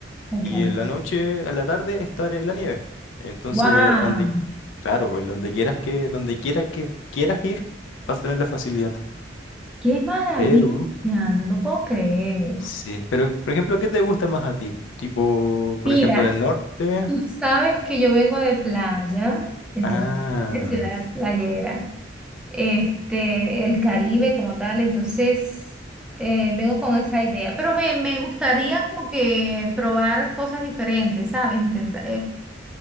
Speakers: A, in the centre; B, on the left.
A: ok.
B: y en la noche, a la tarde, estar en la nieve. Entonces,
A: ¡Wow!
B: donde, claro, pues, donde quieras que, donde quiera que quieras ir, vas a tener la facilidad.
A: ¡Qué maravilla!
B: Pero
A: No lo puedo creer.
B: Sí, pero por ejemplo, ¿qué te gusta más a ti? Tipo,
A: Mira,
B: por ejemplo, en el norte.
A: tú sabes que yo vengo de playa, entonces,
B: Ah,
A: de ciudad playera. este, el Caribe como tal, entonces eh, vengo con esa idea, pero me, me gustaría como que probar cosas diferentes, ¿sabes? Intentar